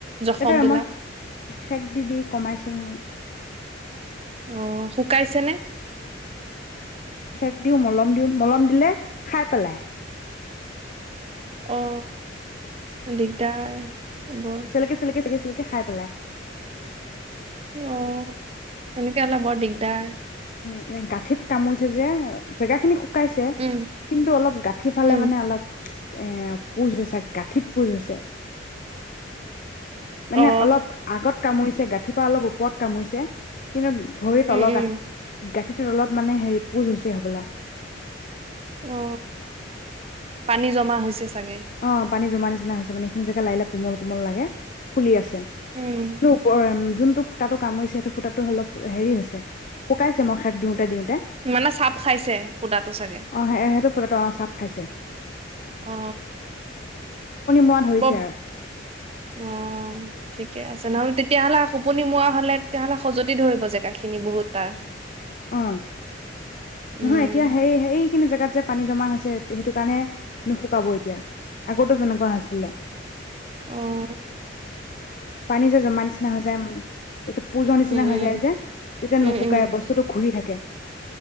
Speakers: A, on the right (about 30°); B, on the left (about 45°).
A: জখম
B: এটোবে
A: বিলাক
B: মই সেক দি দি কমাইছো নহয়।
A: আহ শুকাইছেনে?
B: সেক দিওঁ মলম দিওঁ মলম দিলে খাই পেলাই।
A: অ। দিগদাৰ। বৰ
B: চেলেকি চেলেকি চেকিচিলে। কে খাই পেলাই।
A: আহ। এনেকে হলে বৰ দিগদাৰ।
B: এ গাঁঠিত কামুৰিছে যে জেগা খিনি। শুকাইছে
A: উম
B: কিন্তু অলপ গাঁঠি ফালে
A: উম
B: মানে অলপ। এ পোজ হৈছে গাঁঠিত পোজ হৈছে। মানে
A: অ
B: অলপ আগত কামুৰিছে গাঁঠিৰ পৰা অলপ ও। পদ কামুইছে কিন্তু ভৰি
A: উম
B: তলৰ
A: উম
B: গাঠি গাঠিত অলপ মানে হেৰি পোজ হৈছে সবলা
A: অ পানী জমা হৈছে। চাগে
B: অ পানী জমা নিচা নিচিনা হৈছে মানে এইখিনি জাগা লাগে কোমল কোমল লাগে ফুলি আছে।
A: উম
B: <unintelligible> যোনটো ফুটাটো কামুৰিছে সেইটো ফুটাটো অলপ হেৰি হৈছে শুকাইছে মই শাক দিওঁতে, দিওঁতে
A: মানে চাপ খাইছে ফুটাটো চাগে
B: অ সেইটো ফুটাটো অ চাপ খাইচে।
A: অ
B: মৰা ধৰিছে
A: ব
B: আৰু
A: অ ঠিক ঠিকে আছে নহলে তেতিয়াহলে খোপনি মোৱা হলে তেতিয়াহলে সজতি ধৰিব জেগাখিনি বহুত তাৰ।
B: অ
A: উম
B: নহয় এতিয়া সেই সেইখিনি জেগাত যে পানী জমা হৈছে সেইটো কাৰণে নুশুকাব এতিয়া আগতো তেনেকুৱা হৈছিলে।
A: অহ
B: পানী যে জমা নিচিনা হৈ যায় তেতিয়া পুজৰ নিচিনা
A: উম
B: হৈ
A: উম
B: যায় যে তেতিয়া
A: উম
B: নুশুকাই
A: উম
B: বস্তুটো ঘূৰি থাকে। <inaudible>